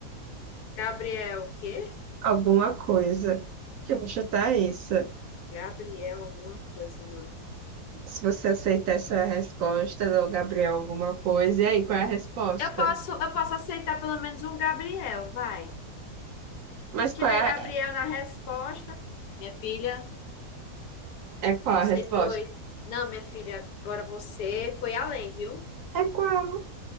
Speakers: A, on the left; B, on the right.
A: Gabriel, o quê?
B: Alguma coisa. Deixa eu chutar isso.
A: Gabriel, alguma coisa, mano.
B: Se você aceitar essa resposta do Gabriel, alguma coisa, e aí, qual é a resposta?
A: Eu posso, eu posso aceitar pelo menos um Gabriel, vai.
B: Mas
A: Se
B: qual
A: tiver
B: é,
A: Gabriel na resposta, minha filha,
B: é qual a
A: você
B: resposta?
A: foi. Não, minha filha, agora você foi além, viu?
B: É qual?